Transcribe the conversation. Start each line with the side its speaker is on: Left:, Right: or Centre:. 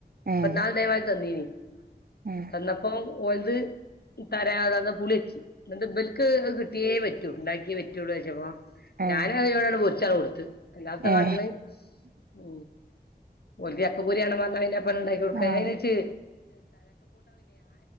Right: ഏഹ്
Left: ഇപ്പ നാള് ഇതേമാതിരി തന്നീനി
Right: ഏഹ്
Left: കണ്ണപ്പം ഓല്ത് തരാതാന്ന പുളിയെച് ഇങ്ങേട്ട് ഇബല്ക്ക് അഹ് കിട്ടിയേ പറ്റൂ ഇണ്ടാ <unintelligible>
Right: ഏഹ്
Left: അല്ലാത്താ
Right: ഏഹ്
Left: കാട്ട്ണെ ഉ ഓല്ക്ക് ചക്കപ്പോരിയാണം പിന്നെ പ്പ ഇണ്ടാക്കി
Right: ആഹ്